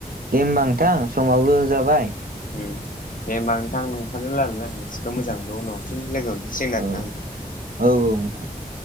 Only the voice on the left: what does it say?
उम दे होमबा नोंथां नोंथांजो लारायना आं बिसोरखौ मोजांबो उनाव हफिन लोगो हमफिन सिगोन
आरोना नोंथां।